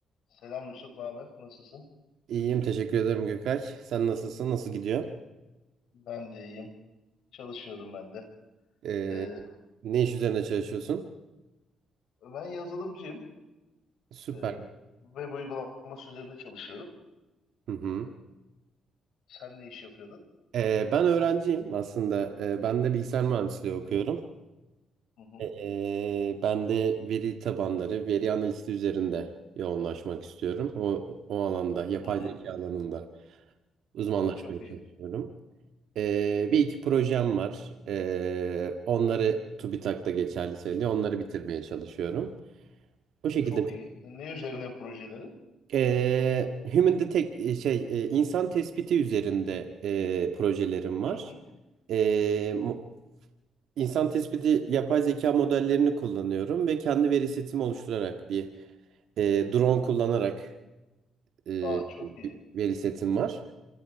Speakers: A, on the left (about 75°); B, on the right (about 75°).
A: Selam Yusuf, abi. Nasılsın?
B: İyiyim, teşekkür ederim Gökay. Sen nasılsın? Nasıl gidiyor?
A: Ben de iyiyim. Çalışıyordum ben de.
B: Ee,
A: Ee,
B: ne iş üzerine çalışıyorsun?
A: ben yazılımcıyım.
B: Süper.
A: Ee, web uygulaması üzerinde çalışıyorum.
B: Hı hı.
A: Ee, sen ne iş yapıyordun?
B: Ee, ben öğrenciyim aslında. Ee, ben de bilgisayar mühendisliği okuyorum.
A: Hı hı.
B: Ee, ben de veri tabanları, veri analisti üzerinde yoğunlaşmak istiyorum. O, o alanda, yapay
A: Hı hı.
B: zeka alanında uzmanlaşmaya
A: Aa, çok iyi.
B: çalışıyorum. Ee, bir iki projem var. Ee, onları TÜBİTAK'ta geçerli sayılıyor. Onları bitirmeye çalışıyorum. O şekilde
A: Çok iyi. Ne üzerine projelerin?
B: Eee Human Detect şey e, insan tespiti üzerinde e, projelerim var.
A: Hı hı.
B: Eee, mo- insan tespiti yapay zeka modellerini kullanıyorum ve kendi veri setimi oluşturarak bir e, drone kullanarak e,
A: Aa, çok
B: bir
A: iyi.
B: veri setim var.